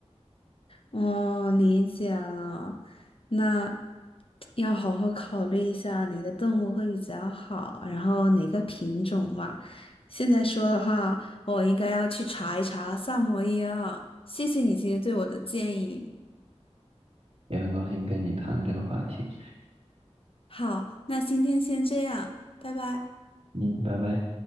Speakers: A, on the left; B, on the right.
A: 哦，理解了，那要好好考虑一下哪个动物会比较好，然后哪个品种吧。现在说的话，我应该要去查一查萨摩耶了。谢谢你今天对我的建议。
B: 也很高兴跟你谈论这个话题，
A: 好，那今天先这样，拜拜。
B: 嗯，拜拜。